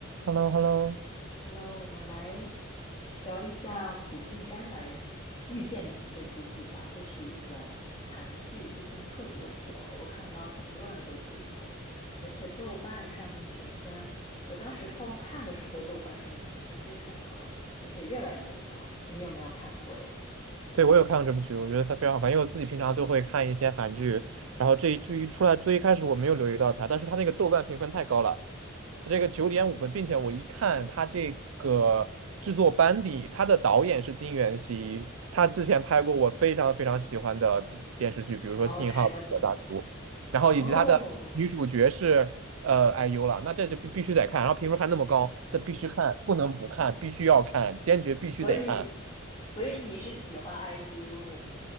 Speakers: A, on the right (about 80°); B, on the left (about 25°).
A: Hello，Hello，
B: Hello，我们来聊一下《苦尽甘来遇见你》这部剧吧。这是一个韩剧，最近特别火，我看到很多人都推荐，而且豆瓣上面评分，我当时看看的时候，豆瓣上面评分非常高，而且越来越高。你有没有看过呀？
A: 对，我有看过这部剧，我觉得它非常好看，因为我自己平常就会看一些韩剧，然后这一剧一出来，最一开始我没有留意到它，但是它那个豆瓣评分太高了，它这个九点五分，并且我一看它这个制作班底，它的导演是金元熙，他之前拍过我非常非常喜欢的电电视剧，比如说《信号》比如说大叔》，
B: 哦，什么点？
A: 然后以及他的女主角是呃
B: 哦，
A: IU 了，那这就必必须得看，然后评分还那么高，这必须看，不能不看，必须要看，坚决必须得看。
B: 所以，所以你是喜欢 IU